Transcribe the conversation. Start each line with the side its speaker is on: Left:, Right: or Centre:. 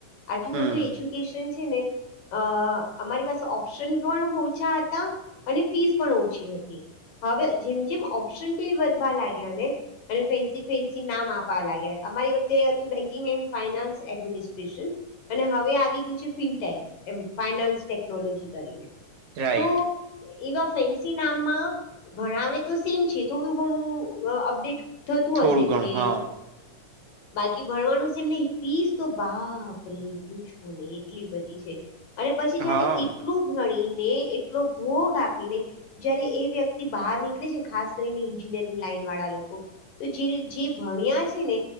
Left: આટલું
Right: હમ
Left: બધું એજ્યુકેશન છે ને. અ અમારી પાસે ઓપ્શન પણ ઓછા હતા, અને ફીસ પણ ઓછી હતી. હવે જેમ જેમ ઓપ્શન બી વધવા લાગ્યા ને. અને ફેન્સી ફેન્સી નામ આપવા લાગ્યા, અમારી વખતે હતું, બેન્કિંગ એન્ડ ફાઈનાન્સ એડમિનિસ્ટ્રેશન. અને હવે આવી ગયું છે, ફિનટેક એમ ફાઈનાન્સ ટેકનોલોજી કરીને.
Right: રાઈટ
Left: તો એવા ફેન્સી નામમાં ભણાવે તો સેમ છે, થોડું ઘણું અપડેટ થતું
Right: થોડું
Left: હશે,
Right: ઘણું
Left: જે
Right: હા
Left: બાકી ભણવાનું છે, એમને ફીસ તો બાપરે પૂછવું ને એટલી બધી છે. અને પછી જયારે
Right: હા
Left: એટલું ભણીને, એટલો ભોગ આપીને. જયારે એ વ્યક્તિ બહાર નીકળે છે ને, ખાસ કરીને એન્જિનિયરિંગ લાઈન વાળા લોકો. તો જે જે ભણ્યા છે ને,